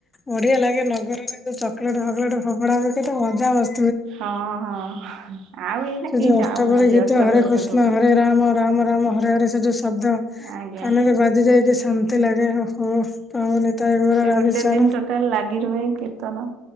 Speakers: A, on the left; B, on the right.
A: ବଢ଼ିଆ ଲାଗେ ନଗର ରେ ଯୋଉ ଚକଲେଟ୍ ଫକ ଲେଟ୍ ଫୋପଡ଼ା ହୁଏ କେତେ ମଜା ମସ
B: ହଁ ହଁ। ଆଉ ଏଇନା
A: ସେ
B: କେହି
A: ଯୋଉ ଅଷ୍ଟପରି
B: ଯାଉନାହାନ୍ତି
A: ଗୀତ
B: ଅଷ୍ଟପହରି
A: ହରେ କୃଷ୍ଣ
B: ପାଖକୁ।
A: ହରେ ରାମ ରାମ ରାମ ହରେ ହରେ ସେ ଯୋଉ ଶବ୍ଦ।
B: ଆଜ୍ଞା
A: କାନରେ ବାଜି ଯାଇକି ଶାନ୍ତି ଲାଗେ ଓହୋ କହିବ ନିତାଇ ଗୌର
B: ସେ
A: ରାଧେ
B: ଗୋଟେ
A: ଶ୍ୟାମ।
B: ଦିନ ଟୋଟାଲ ଲାଗି ରୁହେ କୀର୍ତ୍ତନ